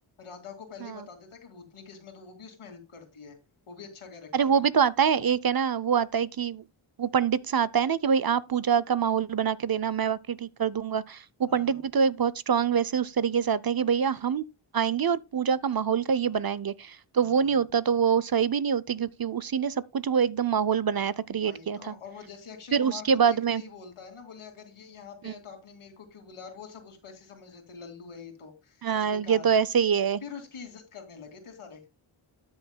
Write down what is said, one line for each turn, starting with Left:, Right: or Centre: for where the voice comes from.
Left: राधा को पहले
Right: हाँ
Left: ही बता देता है कि भूतनी किस्म है तो वो भी उसमें हेल्प करती है वो भी अच्छा कैरेक्टर
Right: अरे वो
Left: है
Right: भी तो आता है एक है ना वो आता है कि वो पंडित सा आता है ना कि भाई आप पूजा का माहौल बना के देना मैं बाकी ठीक कर दूंगा वो
Left: हम्म
Right: पंडित भी तो एक बहुत स्ट्रांग वैसे उस तरीके से आता है कि भैया हम आएंगे और पूजा का माहौल का ये बनाएंगे तो
Left: हम्म
Right: वो नहीं होता तो वो सही भी नहीं होती क्योंकि उसी ने सब कुछ वो एकदम माहौल बनाया था क्रिएट
Left: वही
Right: किया
Left: तो
Right: था
Left: और वो जैसे अक्षय
Right: फिर
Left: कुमार
Right: उसके
Left: को
Right: बाद
Left: देखते
Right: में
Left: ही बोलता है ना बोले अगर ये यहाँ पे
Right: हम्म,
Left: है तो आपने मेरे को क्यों बुलाया और वो सब उसको ऐसे समझ रहे थे लल्लू है ये तो
Right: हाँ
Left: इसको
Right: ये
Left: क्या
Right: तो ऐसे
Left: कुछ
Right: ही है
Left: फिर उसकी इज्जत करने लगे थे सारे